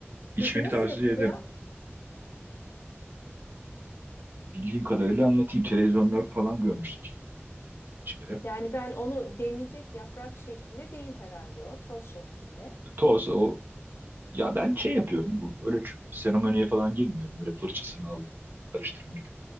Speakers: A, on the right (about 45°); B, on the left (about 60°).
A: İçmeni
B: Peki nasıl
A: tavsiye
B: yapılıyor?
A: ederim. Bildiğim kadarıyla anlatayım. Televizyonda falan görmüştüm filmi. Bir kere.
B: Yani ben onu demleyecek yaprak şeklinde değil herhalde o toz şeklinde.
A: Toz, o Ya ben şey yapıyorum. Bu, öyle ç- seremoniye falan girmiyorum. Böyle fırçasını al, karıştırmalık.